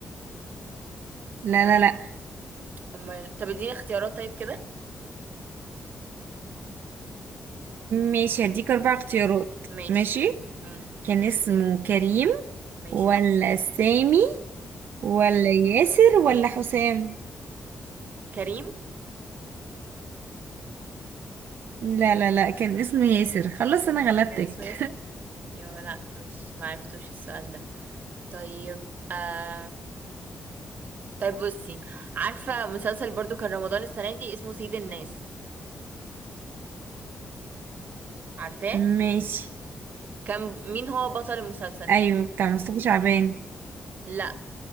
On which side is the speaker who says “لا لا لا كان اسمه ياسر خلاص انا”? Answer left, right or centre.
Right